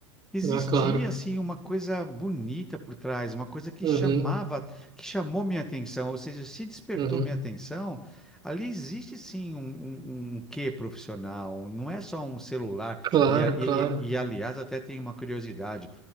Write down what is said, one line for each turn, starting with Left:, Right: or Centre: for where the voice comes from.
Centre: existia
Right: Ah, claro.
Centre: assim uma coisa bonita por trás, uma coisa que
Right: Uhum.
Centre: chamava, que chamou minha atenção, ou seja, se despertou
Right: Uhum.
Centre: minha atenção, ali existe sim um, um, um quê profissional, não é só um celular.
Right: Claro,
Centre: E, a- e,
Right: claro.
Centre: e, e, aliás, até tem uma curiosidade,